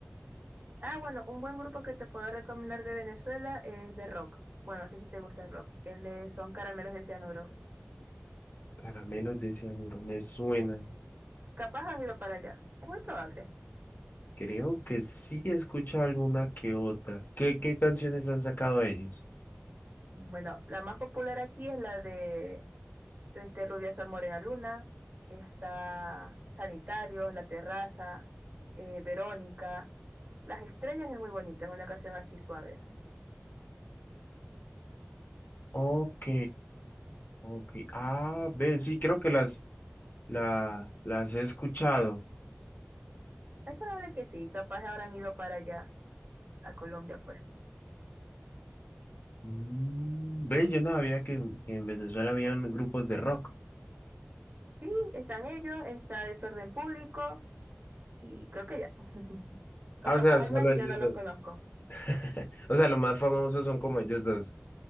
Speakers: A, on the right; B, on the left.
A: Ah, bueno, un buen grupo que te puedo recomendar de Venezuela es de rock. Bueno, no sé si te gusta el rock. El de Son Caramelos de Cianuro.
B: Caramelos de cianuro, me suena.
A: Capaz han ido para allá. Es muy probable.
B: Creo que sí he escuchado alguna que otra. ¿Qué, qué canciones han sacado ellos?
A: Bueno, la más popular aquí es la de de este Rubia Sol Morena Luna. Está Sanitarios, La Terraza, eh, Verónica. Las Estrellas es muy bonita, es una canción así suave.
B: Ok. Ok. Ah, ve, sí, creo que las, la, las he escuchado.
A: Es probable que sí, capaz habrán ido para allá, a Colombia afuera.
B: Mm, ve, yo no sabía que, que en Venezuela habían grupos de rock.
A: Sí, están ellos, está desorden público y creo que ya. <laughs> O
B: Ah,
A: capaz
B: o sea, solo
A: hay más y
B: ellos
A: yo no los
B: dos.
A: conozco.
B: <laughs> O sea, los más famosos son como ellos dos.